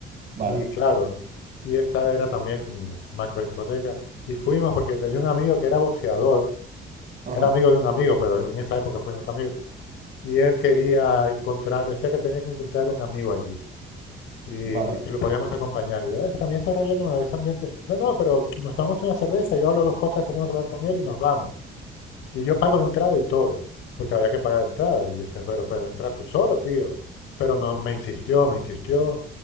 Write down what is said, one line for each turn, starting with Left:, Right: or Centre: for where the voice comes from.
Right: vale.
Left: Y claro, y esta era también macro discoteca. Y fuimos porque tenía un amigo que era boxeador,
Right: Ajá,
Left: era amigo de un amigo, pero en esa época fuimos amigos. Y él quería encontrar, decía que tenía que encontrar un amigo allí. Y,
Right: vale.
Left: y si lo podíamos acompañar. Yo, es que a mí ese rollo no me va, ese ambiente. No, no, pero nos tomamos una cerveza, yo hablo dos cosas que tengo que hablar con él y nos vamos. Y yo pago la entrada y todo, porque había que pagar entrada. Y yo decía, pero, pero entra tú solo, tío. Pero no, me insistió, me insistió.